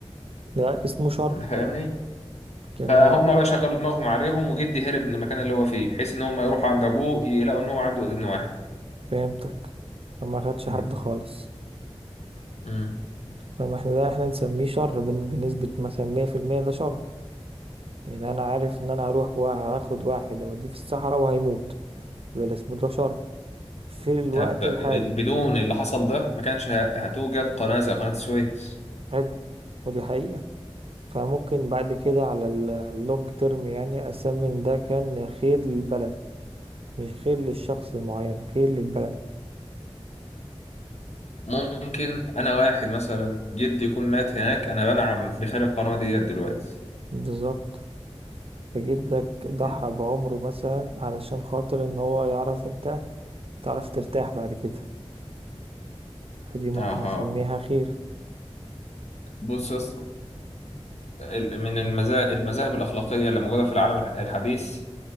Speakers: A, on the right (about 60°); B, on the left (about 85°).
A: ده اسمه شر
B: فاهمني؟
A: كان
B: فهم
A: انا
B: بقى شغلوا دماغهم عليهم وجدي هرب من المكان اللي هو فيه بحيث ان هم يروحوا عند ابوه يلاقوا ان هو عنده ابن واحد
A: فهمتك فما خدش
B: مم.
A: حد خالص
B: مم.
A: لما احنا ده احنا نسميه شر بن- بنسبة مثلا مية في المية ده شر يعني انا عارف ان انا هروح وهاخد واحد اوديه في الصحراء وهيموت يبقى ده اسمه ده شر في الوقت
B: طب
A: الحالي
B: بدون اللي حصل ده ما كانش ه- هتوجد قناة زي قناة السويس
A: حلو ودي حقيقة فممكن بعد كده على ال- اللونج تيرم يعني اسمي ان ده كان خير للبلد مش خير للشخص المعين خير للبلد
B: ممكن انا واحد مثلا جدي يكون مات هناك انا بنعم بخير القناة ديت دلوقتي
A: بالظبط فجدك ضحى
B: مم.
A: بعمره مثلا علشان خاطر ان هو يعرف انت تعرف ترتاح بعد كده فدي ممكن
B: اها
A: نسميها خير
B: بص يا اسطى ال- من المذاهب المذاهب الاخلاقية اللي موجودة في العالم الح- الحديث